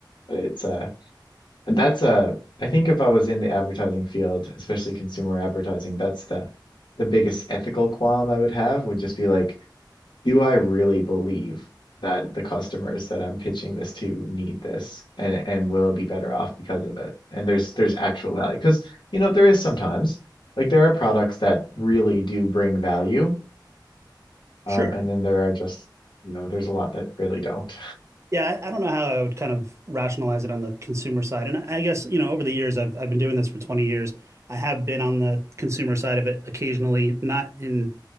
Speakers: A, on the left (about 75°); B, on the right (about 35°).
A: but it's uh that's uh I think if I was in the advertising field especially consumer advertising that's the the biggest ethical qualm I would have would just be like do I really believe that the customers that I'm pitching this to need this and and will be better off because of it? And there's there's actual value because you know there is sometimes like there are products that really do bring value,
B: Sure.
A: um, and then there are just you know there's a lot that really don't.
B: Yeah, I, I don't know how I would kind of rationalize it on the consumer side. And I, I guess, you know, over the years I've I've been doing this for 20 years. I have been on the consumer side of it occasionally, not in